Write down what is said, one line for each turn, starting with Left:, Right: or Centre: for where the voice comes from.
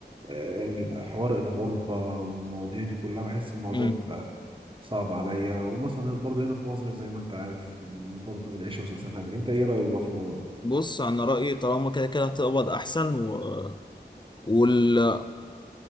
Right: آه حوار الغربة والمواضيع دي كلها بحس الموضوع
Left: مم.
Right: بيبقى صعب عليا ومثلا برضه هنا في مصر زي ما انت عارف برضه العيشة مش احسن حاجة انت ايه رايك بقى في الموضوع ده؟
Left: بص انا رايي طالما كده كده هتقبض احسن و... وال...